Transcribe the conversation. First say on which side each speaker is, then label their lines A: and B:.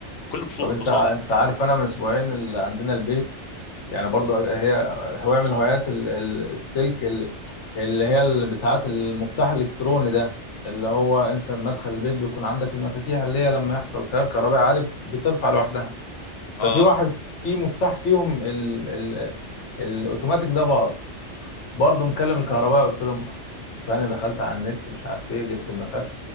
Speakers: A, on the left (about 65°); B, on the left (about 80°).
A: كل بسو-
B: طب انت
A: بساطه
B: انت عارف انا من اسبوعين اللي عندنا البيت يعني برضو هي هواية من هوايات ال- ال- السلك ال- اللي هي اللي بتاعت المفتاح الالكتروني ده اللي هو انت بمدخل البيت بيكون عندك المفاتيح اللي هي لما يحصل تيار كهربائي عالي بترفع لوحدها ففي
A: اه
B: واحد في مفتاح فيهم ال ال الاوتوماتيك ده باظ برضو مكلم الكهرباء قلت لهم ثانية دخلت على النت مش عارف ايه جبت المفك